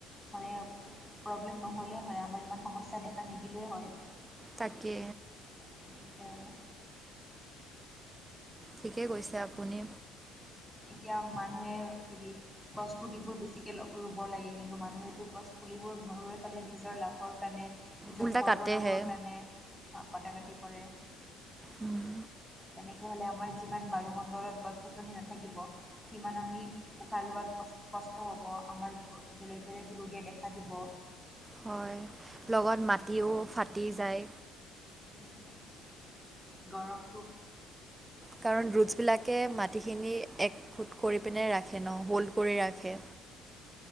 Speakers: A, in the centre; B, on the right.
A: মানে প্ৰব্লেম নহ'লে হয়। আমাৰ ইমান সমস্যাই দেখা নিদিলে হয়।
B: তাকে।
A: সেয়াই আৰু।
B: ঠিকেই কৈছে আপুনি।
A: এতিয়া মানুহে যদি গছ পুলিবোৰ বেছিকৈ লব ৰুব লাগে। কিন্তু, মানুহেটো গছ পুলিবোৰ নোৰুই পেলাই, নিজৰ লাভৰ কাৰণে নিজৰ
B: উল্টা
A: ঘৰ
B: কাটেহে
A: বনাবৰ কাৰণে কটা কটি কৰে।
B: উম।
A: তেনেকৈ হ'লে আমাৰ যিমান বায়ুমণ্ডলত গছ গছনি নাথাকিব, সিমান আমি উশাহ লোৱাত ক কষ্ট হ'ব, আমাৰ বেলেগ বেলেগ ৰোগে দেখা দিব।
B: হয়, লগত মাটিও ফাটি যায়।
A: সেইটোৱে, গৰমটো
B: কাৰণ ৰুটছবিলাকে মাটিখিনি এক গোট কৰি পিনে ৰাখে ন, হোল্ড কৰি ৰাখে।